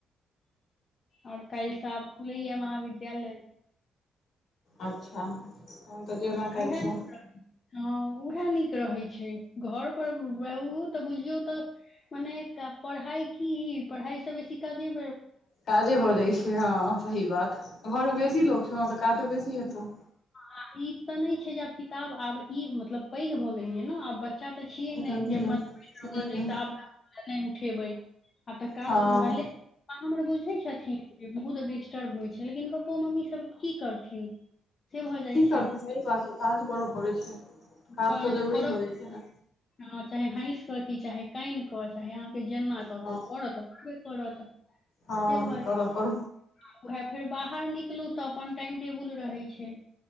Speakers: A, on the left; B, on the left.
A: आओर काल्हिसँ आब खुलैय महाविद्यालय
B: अच्छा हमन तऽ जयबै
A: ह
B: काल्हिसँ
A: उएह नीक रहै हँ उएह नीक रहै छै घर पर रह तऽ बुझियौ तऽ मने पढ़इ की पढ़ा सबब शीखा जेर
B: काजे भऽ जाइत छै हँ सही बात घरमे बेसी लोक छौ ने तऽ काजो बेसी हेतौ
A: आ ई तऽ नहि छै जे आब किताब आब ई मतलब पैघ भऽ गेलियै ने आब बच्चा तऽ छियै
B: हूँ
A: ने
B: हूँ
A: ज
B: हूँ
A: मत बठ रहल अइ तऽ आब काज ले नहि उठेबे आब तऽ काज
B: हँ
A: ख भरले पा हमर बुझै छथिन बहुत डिस्टर्ब होइ छै लेकिन पप्पो मम्मी सब की करथिन से भऽ
B: नहि
A: जाइ
B: की
A: छै
B: करत सही बात छै काज करऽ पड़ै छै
A: जे
B: काज तऽ जरूरी
A: कर
B: हो जाइ छै ने
A: चाहे हैस कऽ की चाहे कान कऽ चाहे जेना कऽ
B: हँ
A: कऽ करत करबे करत
B: हँ
A: से भऽ जा
B: करऽ पड़
A: छै उएह फेर बाहर निकलू तऽ अपन टाइम टेबुल रहैत छै